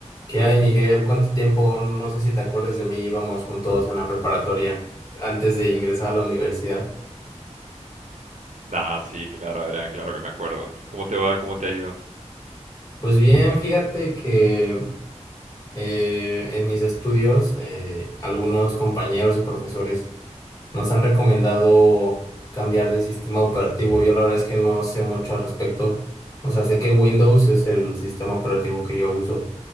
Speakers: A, on the left; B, on the right.
A: ¿Qué hay, Miguel? ¿Cuánto tiempo? No sé si te acuerdas de mí, íbamos juntos en la preparatoria antes de ingresar a la universidad.
B: Ah, sí, claro, Adrián, claro que me acuerdo. ¿Cómo te va? ¿Cómo te ha ido?
A: Pues bien, fíjate que Eh, en mis estudios, eh, algunos compañeros y profesores nos han recomendado cambiar de sistema operativo. Yo la verdad es que no sé mucho al respecto. O sea, sé que Windows es el sistema operativo que yo uso,